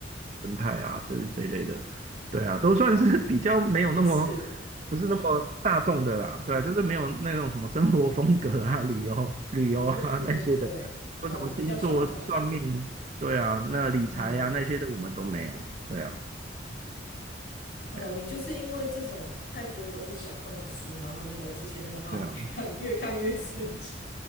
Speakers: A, on the right (about 40°); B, on the left (about 55°).
A: 生态啊，这这一类的，对啊，都算是 <laughs> 比较没有那么
B: 嗯是，
A: 不是那么大众的啦，对啊，就是没有那种什么生活风格啊、旅游旅游啊那些的，
B: 对对对对，
A: 或什么星座算命，
B: 哦，比较小众，
A: 对啊，那理财啊那些的我们都没有，
B: 嗯哼。
A: 对啊，
B: 哦，
A: 对啊，
B: 你就是因为这种太多都是小众的书，然后那个之前那个奥
A: 对啊，
B: <laughs> 可以看越看越生气，